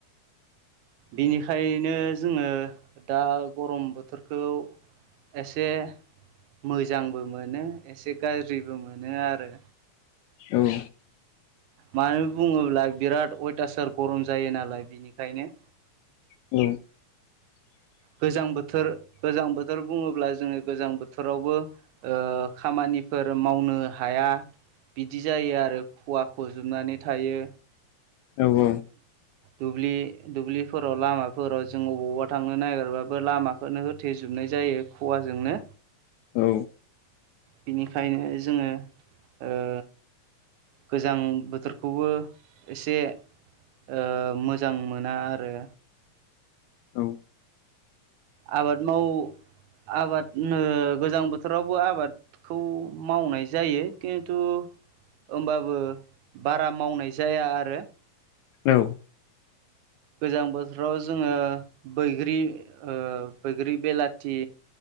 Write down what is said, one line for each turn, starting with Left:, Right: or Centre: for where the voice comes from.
Right: बिनिखायनो जोङो दा गरम बोथोरखौ एसे मोजांबो मोनो एसे गाज्रिबो मोनो आरो।
Left: औ।
Right: मानो बुङोब्ला बिराद अयथासार गरम जायो नालाय बिनिखायनो
Left: औ।
Right: गोजां बोथोर गोजां बोथोर बुङोब्ला जोङो गोजां बोथोरावबो ओ खामानिफोर मावनो हाया। बिदि जायो आरो खवा खुजोबनानै थायो।
Left: औ
Right: दुब्लि दुब्लिफोराव लामाफोराव जों अबावबा थांनो नागिरबाबो लामा नो होथेेजोबनाय जायो खुवाजोंनो।
Left: औ।
Right: बिनिखायनो जोङो ओ गोजां बोथोरखौबो एसे ओ मोजां मोना आरो।
Left: औ।
Right: आबाद माव आबाद नो गोजां बोथोरावबो आबाद खौ मावनाय जायो खिन्थु ओमबाबो बारा मावनाय जाया आरो।
Left: औ।
Right: गोजां बोथोराव जोङो बैग्रि ओ बैग्रि बेलाथि